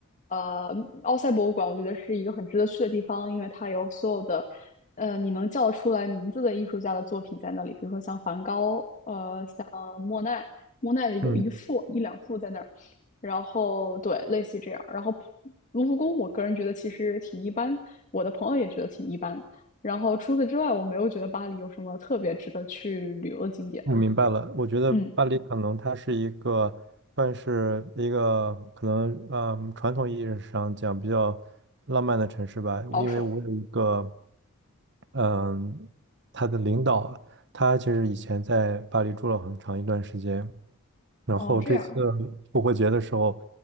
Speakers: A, on the left (about 35°); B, on the right (about 55°).
A: 呃，奥赛博物馆我觉得是一个很值得去的地方，因为它有所有的呃你能叫得出来名字的艺术家的作品在那里，比如说像梵高，呃，像莫奈，莫奈的有一幅一两幅在那儿，
B: 嗯。
A: 然后对，类似于这样，然后。卢浮宫，我个人觉得其实挺一般，我的朋友也觉得挺一般，然后除此之外，我没有觉得巴黎有什么特别值得去旅游的景点。
B: 我明白了，我觉得巴黎可能它是一个算是一个可能，
A: 嗯，
B: 嗯，传统意义上讲比较浪漫的城市吧。
A: 保守。
B: 因为我有一个，嗯，他的领导，他其实以前在巴黎住了很长一段时间，然后这次
A: 哦，这样啊。
B: 复活节的时候，